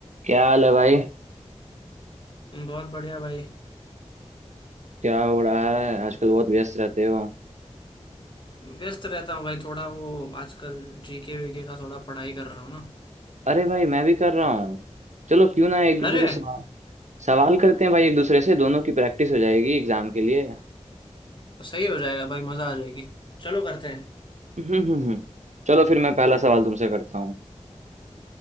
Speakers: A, on the right (about 80°); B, on the left (about 40°).
A: क्या हाल है भाई
B: बहुत बढ़िया भाई
A: क्या हो रहा है आजकल बहुत व्यस्त रहते हो
B: व्यस्त रहता हूँ भाई थोड़ा वो आजकल जीके वीके का थोड़ा पढ़ाई कर रहा हूँ ना
A: अरे भाई मैं भी कर रहा हूँ चलो क्यों ना एक दूसरे
B: अरे
A: से सवाल सवाल करते हैं भाई एक दूसरे से दोनों की प्रैक्टिस हो जाएगी एग्जाम के लिए
B: सही हो जाएगा भाई मजा आ जाएगी चलो करते हैं
A: हम्म हम्म हम्म। चलो फिर मैं पहला सवाल तुमसे करता हूँ